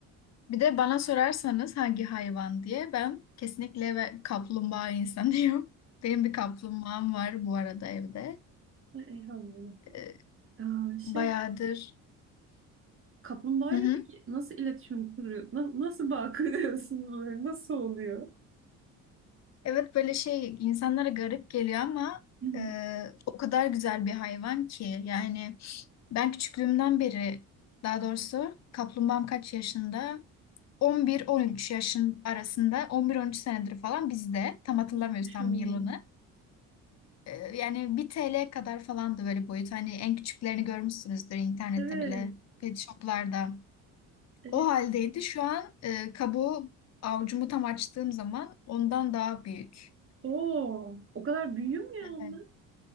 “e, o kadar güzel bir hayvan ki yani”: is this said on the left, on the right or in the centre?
Left